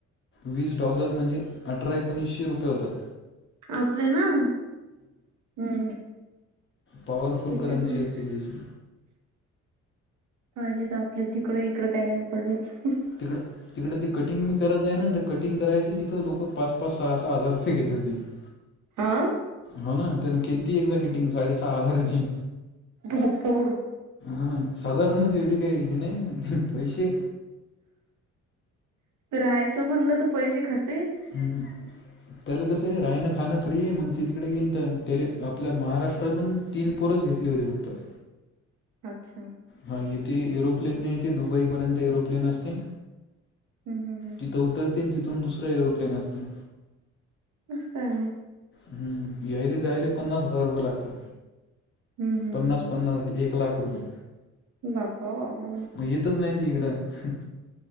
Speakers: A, on the left (about 40°); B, on the right (about 70°).
A: वीस डॉलर म्हणजे अठरा एकोणीसशे रुपये होतात.
B: आपल्याना हम्म
A: पॉवरफुल
B: ते
A: करन्सी
B: तर आहेच.
A: असते त्यायची.
B: पाहिजे तर आपल्या तिकड इकडं काही नाही पडल त.
A: तिक तिकड ते कटिंग मी करत जाय ना तर कटिंग करायची तिथं लोक पाच पाच सहा सहा हजार रुपये घेताय. दी <inaudible>
B: हा
A: हो ना त्यानं केली त एकदा कटिंग साडे सहा हजाराची
B: बापो
A: हा साधारणच एवढी काही हे नाही पैसे
B: राहायचं म्हणलं तर पैसे खर्च
A: हम्म त्याला कसं रायनं खाणं फ्री आहे मग ती तिकडे गेल तर त्या आपल्या महाराष्ट्रातून तीन पोरच घेतली होती फक्त. <inaudible>
B: अच्छा
A: हा इथे एरोप्लेन नाही इथे दुबईपर्यंत एरोप्लेन असते.
B: हम्म हम्म हम्म
A: तिथं उतरते तिथून दुसरा एरोप्लेन असते.
B: मस्त आहे म
A: हम्म यायले जायले पन्नास हजार रुपये लागतात
B: हम्म हम्म
A: पन्नास
B: हम्म
A: पन्नास एक एक लाख रुपये
B: बापा बाबा.
A: मग येतच नाही ते इकडं हाय.